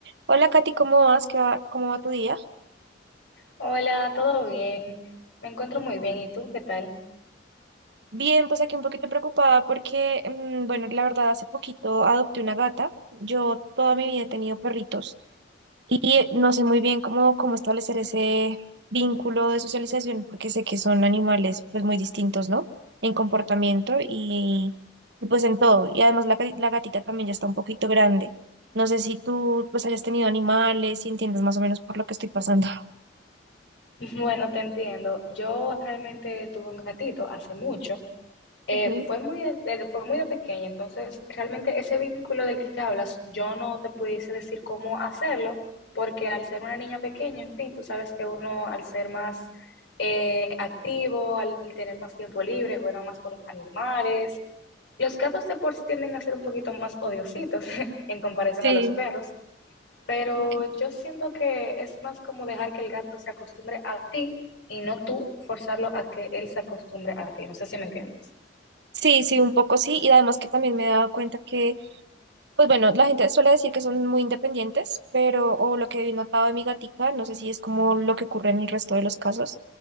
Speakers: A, on the right; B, on the left.
A: Hola Katy, ¿cómo vas? ¿Qué va? ¿Cómo va tu día?
B: Hola, ¿todo bien? Me encuentro muy bien. ¿Y tú qué tal?
A: Bien, pues aquí un poquito preocupada porque, mm, bueno, la verdad, hace poquito adopté una gata. Yo toda mi vida he tenido perritos y no sé muy bien cómo, cómo establecer ese vínculo de socialización porque sé que son animales pues muy distintos, ¿no? En comportamiento y, y, pues en todo. Y además la, gati- la gatita también ya está un poquito grande. No sé si tú pues hayas tenido animales y entiendes más o menos por lo que estoy pasando. <laughs>
B: <laughs> Bueno, te entiendo. Yo realmente tuve un gatito hace mucho. Eh,
A: Okay.
B: fue muy de, de- fue muy de pequeña, entonces realmente ese vínculo del que hablas, yo no te pudiese decir cómo hacerlo, porque al ser una niña pequeña, en fin, tú sabes que uno al ser más eh, activo, al tener más tiempo libre, juega más con los animales. Los gatos de por sí tienden a ser un poquito más odiositos <laughs> en comparación
A: Sí,
B: a los perros. Pero
A: ok.
B: yo siento que es más como dejar que el gato se acostumbre a ti y no tú forzarlo a que él se acostumbre a ti. No sé si me entiendes.
A: Sí, sí, un poco sí, y además que también me he dado cuenta que, pues bueno, la gente suele decir que son muy independientes, pero, o lo que he notado de mi gatica, no sé si es como lo que ocurre en el resto de los casos,